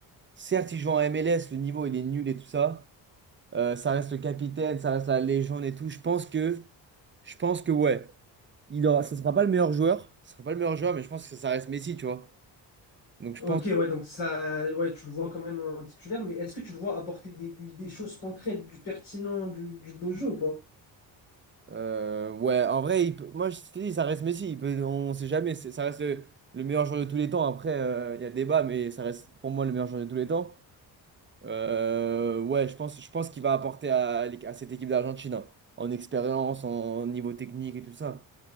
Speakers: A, on the right (about 25°); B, on the left (about 75°).
A: certes, ils jouent en MLS, le niveau, il est nul et tout ça. Euh, ça reste le capitaine, ça reste la légende et tout. Je pense que, je pense que ouais, il aura, ça sera pas le meilleur joueur, ça sera pas le meilleur joueur, mais je pense que ça reste Messi, tu vois. Donc je
B: Ok,
A: pense,
B: ouais,
A: que,
B: donc ça, ouais, tu le vois quand même en titulaire, mais est-ce que tu le vois apporter des, des- des choses concrètes, du pertinent, du, du beau jeu ou pas?
A: euh, ouais, en vrai, il peut- moi je te dis, ça reste Messi. Il peut, on sait jamais, c'est- ça reste le, le meilleur joueur de tous les temps. Après, euh, il y a débat, mais ça reste pour moi le meilleur joueur de tous les temps. Euh, ouais, je pense, je pense qu'il va apporter à, l'équ- à cette équipe d'Argentine hein, en expérience, en niveau technique et tout ça.